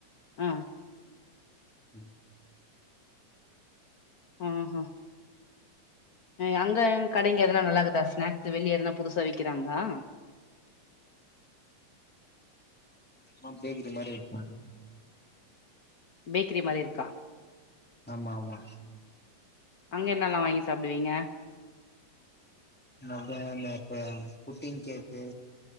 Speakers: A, on the left; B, in the centre.
A: ஆ
B: ம்
A: ஆ ஆ ஆ அங்க கடைங்கெல்லாம் நல்லா இருக்குதா ஸ்நாக்ஸ் வெளிய எதனா புதுசா விக்குறாங்களா
B: ஆ பேக்கரி மாரி விப்பாங்
A: பேக்கரி மாரி இருக்கா
B: ஆமா ஆமா
A: அங்க என்னல்லாம் வாங்கி சாப்பிடுவீங்க
B: நாங்க அங்க புட்டிங் கேக்கு